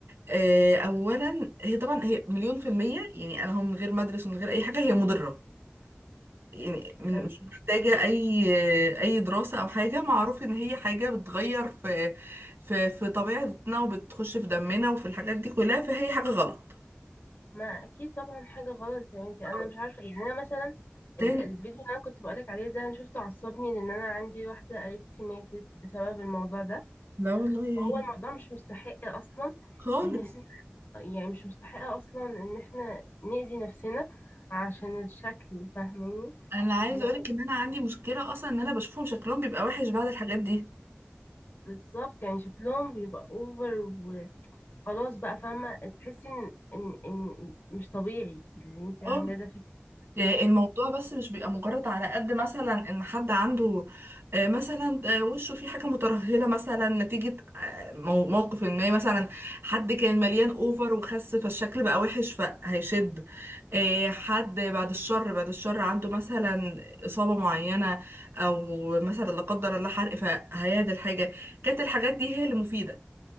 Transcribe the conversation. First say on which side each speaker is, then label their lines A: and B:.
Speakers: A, on the right; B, on the left.
A: آه، اولا هي طبعا هي مليون في المية يعني انا هم من غير ما ادرس ومن غير اي حاجة هي مضرة يعني من
B: فم-
A: مش محتاجة أي أي دراسة أو حاجة معروف إن هي حاجة بتغير في في في طبيعتنا وبتخش في دمنا وفي الحاجات دي كلها فهي حاجة غلط
B: ما اكيد طبعا حاجة غلط يا بنتي انا
A: أه.
B: مش عارفة إيه. يعني انا مثلا
A: تاني
B: ال- الفيديو اللي انا كنت بقولك عليه ده انا شفته عصبني لان انا عندي واحدة قريبتي ماتت بسبب الموضوع ده
A: لا والله يا
B: هو
A: عيني
B: الموضوع مش مستحق اصلا
A: خالص
B: ان احنا يعني مش مستحق اصلا ان احنا نأذي نفسنا عشان الشكل فاهماني
A: أنا عايزة
B: ما-
A: أقولك إن أنا عندي مشكلة أصلا إن أنا بشوفهم شكلهم بيبقى وحش بعد الحاجات دي
B: بالظبط يعني شكلهم بيبقى اوفر وخلاص بقى فاهمة تحسي ان ان ان مش طبيعي اللي انت عاملاه
A: اه
B: ده فيك
A: يعني الموضوع بس مش بيبقى مجرد على قد مثلا ان حد عنده آه، مثلا آه، وشه فيه حاجه مترهله مثلا نتيجه آه، مو- موقف ما مثلا حد كان مليان اوفر وخس فالشكل بقى وحش فهيشد آه، حد بعد الشر بعد الشر عنده مثلا اصابه معينه او مثلا لا قدر الله حرق فهيعدل حاجه كانت الحاجات دي هي اللي مفيده